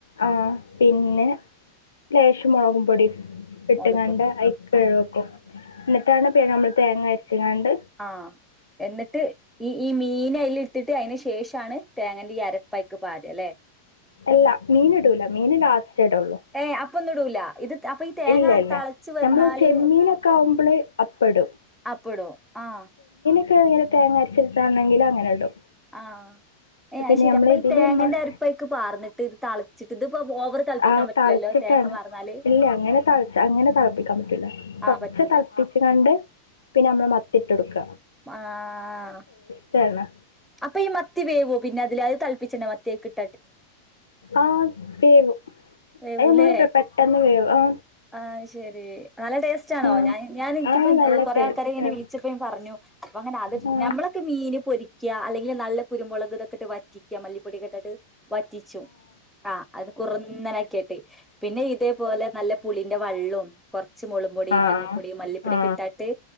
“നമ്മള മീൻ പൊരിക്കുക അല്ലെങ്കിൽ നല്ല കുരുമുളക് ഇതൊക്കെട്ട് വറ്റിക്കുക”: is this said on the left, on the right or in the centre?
Centre